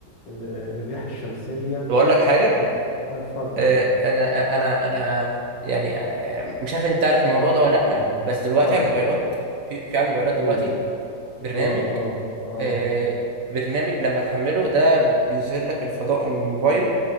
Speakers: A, on the left; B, on the right.
A: ال... الرياح الشمسيه
B: طب أقول لك حاجة
A: و... آه، اتفضل
B: آه، انا آه، انا انا يعني آه، مش عارف انت عارف الموضوع ده ولا
A: <clears throat>
B: لا بس دلوقتي
A: اتفضل
B: على الموبايلات في في على الموبايلات دلوقتي
A: امم
B: برنامج
A: اه اه اه
B: آه، برنامج لما تحمله ده بيظهر لك الفضاء من الموبايل